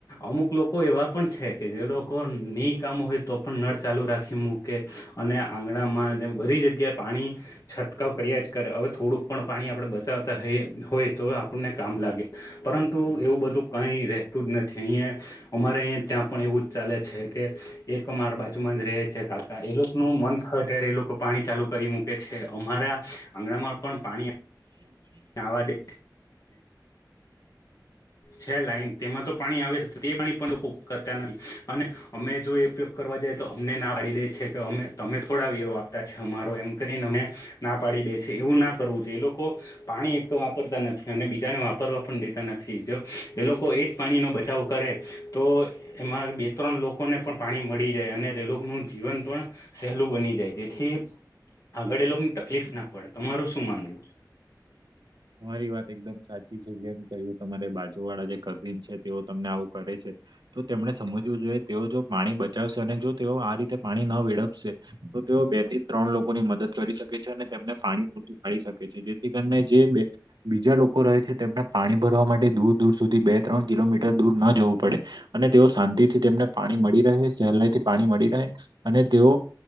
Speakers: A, on the left; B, on the right.
A: અમુક લોકો એવા પણ છે કે જે લોકો નહી કામો હોય તો પણ નળ ચાલુ રાખે મૂકે અને આંગણામાં જે બધી જગ્યાએ પાણી છંટકાવ કર્યા જ કરે હવે થોડુંક પણ પાણી આપણેે બચાવતા હોય તો આપણને કામ લાગે પરંતુ એવું બધું કઈ રતું જ નથી અહીં અમારે ત્યાં પણ એવું જ ચાલે છે કે એક માર બાજુમાં જ રહે છે છે કાકા એ લોકો નું મન અ્યારે એ લોકો પાણી ચાલુ કરી મૂકે છે અમારા આંગણામાં પણ પાણી આવા દે
B: <inaudible>
A: છે લાઈન તેમાં તો પાણી આવે તે પાણી પણ કરતા નથી અને અમે જો એ ઉપયોગ કરવા તો અમને ના પાડી દે છે કે અમે તમે થોડા વેરો આપતા છે અમારો એમ કરીને અમે ના પાડી દે એવું ના કરવું જોઈએ એ લોકો પાણી એક તો વાપરતા નથી અને બીજાને વાપરવા પણ દેતા નથી જો એ લોકો એજ પાણી નો બચાવ કર તો એમાં બે ત્રણ લોકોને પણ પાણી મળી જાય અને તે લોકો ન જીવન પણ સહેલું બની જાય જેથી આગળ એ લોકોને તકલીફ ના પડે તમારું શું માનવું
B: તમારી વાત એકદમ સાચી છે જેમ કહ્યું તમારે બાજુ વાળા જે કન છે તેઓ તમને આવું કરે છે તો તેમણે સમજવું જોઈએ તેઓ જો પાણી બચાવશે અને જો તેઓ આ રીતે તે પાણી ન વીડપશે તો તેઓ બે થી ત્રણ લોકો ની મદદ કરી શકે છે અને તેમને પાણી પૂરતું પાડી શ છે જેથી કરીને જે બે બીજા લોકો રહે છે તેમને પાણી ભરવા માટે દૂર દૂર સુધી બે ત્રણ કિલોમીટર દૂર ન જવું પડે અને તેઓ શાંતિ થી તેમને પાણી મળી રહે સહેલાઈથી પાણી મળી રહે અને તેઓ